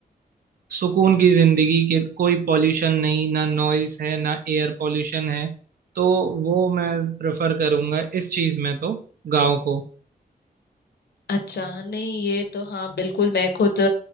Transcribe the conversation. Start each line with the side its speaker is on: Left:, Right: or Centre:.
Right: सुकून की जिंदगी के कोई पॉल्यूशन नहीं ना नॉइस है ना एयर पॉल्यूशन है तो वो मैं प्रेफर करूंगा इस चीज में तो गांव को
Left: अच्छा नहीं ये तो हाँ बिल्कुल मैं खुद अ,